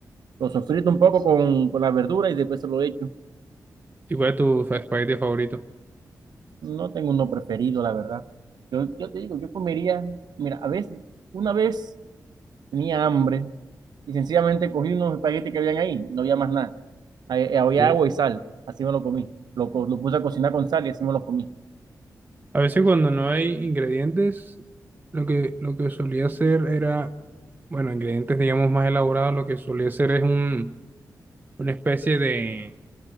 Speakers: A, on the right; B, on the right.
A: Lo sofrito un poco con, con la verdura y después se lo echo.
B: ¿Y cuál es tu espagueti favorito?
A: No tengo uno preferido, la verdad. Yo, yo te digo, yo comería, mira, a veces, una vez tenía hambre y sencillamente cogí unos espaguetis que habían ahí, no había más nada. Ahí- eh, Había
B: Sí.
A: agua y sal, así me lo comí. Lo, co- lo puse a cocinar con sal y así me lo comí.
B: A veces cuando no hay ingredientes, lo que, lo que solía hacer era, bueno, ingredientes digamos más elaborados, lo que solía hacer es un, una especie de,